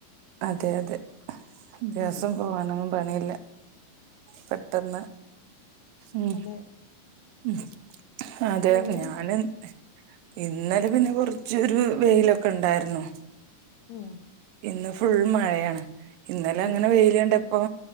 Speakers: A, on the right; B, on the left.
A: അതെ അതെ ദിവസം
B: ഉം
A: പോവാനൊന്നും പണിയില്ല പെട്ടെന്ന് ഉം
B: അതെ
A: ഉം അതെ
B: പിന്നെ
A: ഞാന്- ഇന്നലെ പിന്നെ കൊറച്ചൊരു വെയിലൊക്കെ ഇണ്ടാര്ന്നു
B: ഉം
A: ഇന്ന് ഫുള്ള് മഴയാണ് ഇന്നലെ അങ്ങനെ
B: ഉം
A: വെയില് കണ്ടപ്പൊ-